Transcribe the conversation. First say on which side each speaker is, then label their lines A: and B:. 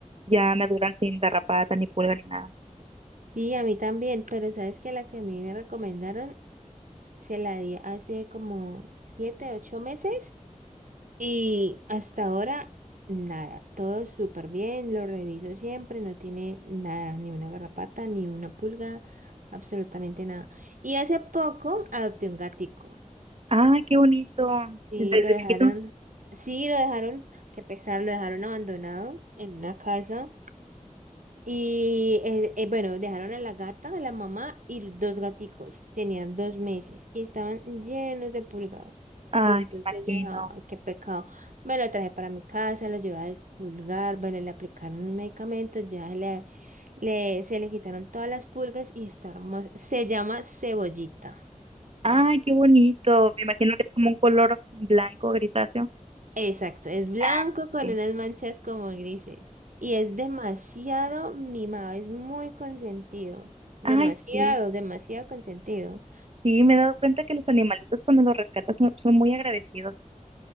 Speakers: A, on the right; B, on the right.
A: ya me duran sin garrapata ni pulga ni nada.
B: Sí, a mí también, pero sabes que la que a mí me recomendaron se la di hace como siete, ocho meses y hasta ahora nada, todo súper bien, lo reviso siempre, no tiene nada, ni una garrapata, ni una pulga, absolutamente nada. Y hace poco adopté un gatico
A: Ay, qué bonito,
B: y
A: desde
B: lo dejaron,
A: chiquito.
B: sí, lo dejaron, qué pesar, lo dejaron abandonado en una casa. Y eh, eh, bueno, dejaron a la gata, a la mamá y los dos gaticos. Tenían dos meses y estaban llenos de pulgadas.
A: Ay,
B: Y entonces
A: me imagino.
B: yo dije, ay, qué pecado. Me lo traje para mi casa, lo llevé a despulgar. Bueno, le aplicaron un medicamento, ya le, le, se le quitaron todas las pulgas y está hermoso. Se llama cebollita.
A: Ay, qué bonito. Me imagino que es como un color blanco, grisáceo.
B: Exacto, es blanco
A: Ah,
B: con
A: sí.
B: unas manchas como grises. Y es demasiado mimado, es muy consentido. Demasiado,
A: Ay, sí.
B: demasiado consentido.
A: Sí, me he dado cuenta que los animalitos cuando los rescatas son son muy agradecidos.